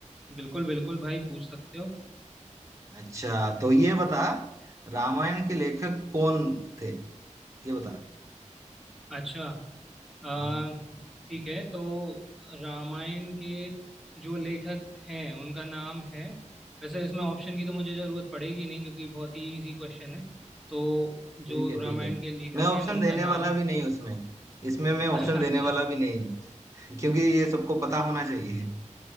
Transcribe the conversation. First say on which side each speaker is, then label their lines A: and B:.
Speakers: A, in the centre; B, on the right.
A: बिल्कुल बिल्कुल भाई पूछ सकते हो
B: अच्छा तो ये बता रामायण के लेखक कौन थे ये बता
A: अच्छा अ,
B: हाँ
A: ठीक है तो रामायण के जो लेखक हैं उनका नाम है वैसे इसमें ऑप्शन की तो मुझे ज़रूरत पड़ेगी नहीं क्योंकि बहुत ही इजी क्वेश्चन है तो
B: ठीक
A: जो
B: है
A: रामायण
B: ठीक है
A: के लेखक
B: मैं ऑप्शन
A: हैं उनका
B: देने
A: नाम
B: वाला
A: है
B: भी नहीं हूँ उसमें इसमें मैं ऑप्शन
A: <laughs>
B: देने
A: अच्छा
B: वाला भी नहीं हूँ <laughs> क्योंकि ये सबको पता होना चाहिए